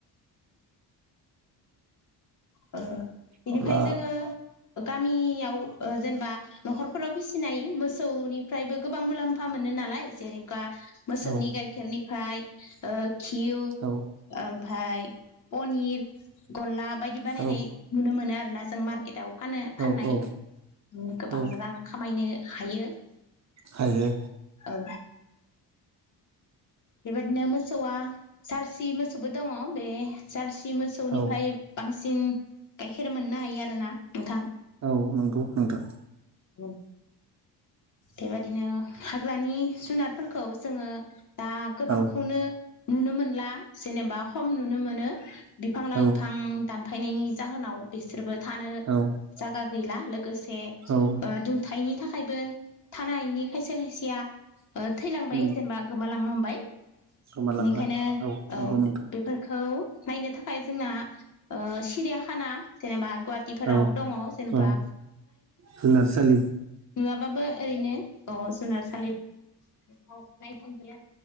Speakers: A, on the left; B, on the right.
A: ओ बेनिफाय
B: अब्ला
A: जोङो गामियाव ओ जेनेबा न'खरफोराव फिसिनाय मोसौनिफ्रायबो गोबां मुलाम्फा मोनो नालाय जेरै गा मोसौनि
B: औ
A: गाइखेरनि फाय ओ खिव
B: औ
A: ओम फाय पनिर गलाब बायदि बानायनाय
B: औ
A: नुनो मोनो आरोना जों मार्केटाव फानो फाननाय।
B: औ औ
A: उम गोबां
B: औ
A: रां खा खामायनो हायो।
B: हायो।
A: औ बेबादिनो मोसौआ जारसि मोसौबो दङ बे जार्सि मोसौनिफ्राय
B: औ
A: बांसिन गाइखेर मोननो हायो आरोना नोंथां।
B: औ नंगौ नोंथां।
A: उम बेबायदिनो हाग्रानि जुनारफोरखौ जोङो दा गोबांखौनो
B: औ
A: नुनो मोनला जेनेबा खम नुनो मोनो। बिफां लाइफां
B: औ
A: दानफायनायनि जाहोनाव बिसोरबो थानो
B: औ
A: जायगा गैला लोगोसे
B: औ
A: ओ दुंथायनि थाखायबो थानोहायैनि खायसे खायसेया ओ थैलांबाय
B: उम
A: जेनेबा गोमालांनो हमबाय
B: गोमालांबाय
A: बेनिखायनो
B: नंगौ
A: औ
B: नोंथां
A: बेफोरखौ नायनो थाखाय जोंना ओ सिरियाखाना जेनेबा गुवाहाटिफोराव
B: औ
A: दङ जेनेबा
B: औ जुनारसालि
A: नङाबाबो ओरैनो अ जुनारसालिदों नायनो थांजायो